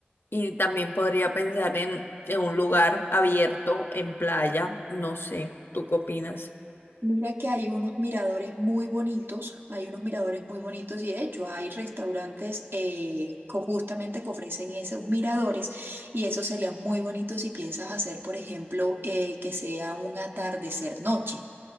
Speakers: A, on the left; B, on the right.
A: y también podría pensar en, en un lugar abierto, en playa, no sé, ¿tú qué opinas?
B: Mira que hay unos miradores muy bonitos, hay unos miradores muy bonitos y de hecho hay restaurantes eh, co- justamente que ofrecen esos miradores y eso sería muy bonito si piensas hacer, por ejemplo, eh, que sea un atardecer noche.